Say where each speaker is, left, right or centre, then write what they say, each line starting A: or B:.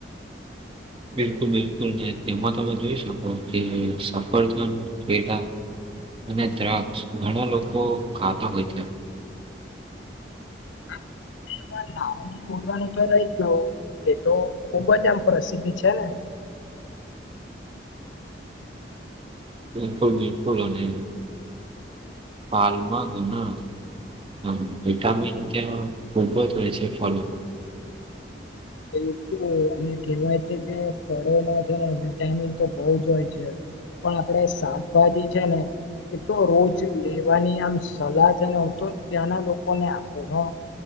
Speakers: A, on the right; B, on the left.
A: બિલકુલ બિલકુલ નહી તેમાં તમે જોઈ શકો કે સફરજન કેડા અને દ્રાક્ષ ઘણા લોકો ખાતા હોય છે
B: હા એમાં નાંરગી બોલવાનું રહી ગયુ એ તો ખુબ જ આમ પ્રસિદ્ધ છે ને <inaudible>
A: બિલકુલ બિલકુલ અને હાલમાં ગુ ના હ વિટામિન ત્યાં ખુબ જ હોય છે ફલો મા
B: એ તો અને કહેવાય છે કે ફળોમાં છે ને વિટામિન તો બહુ જ હોય છે પણ આપડે શાકભાજી છે ને એ તો રોજ લેવાની આમ સલાહ છે ને હું તો ત્યાંના લોકોને આપું હ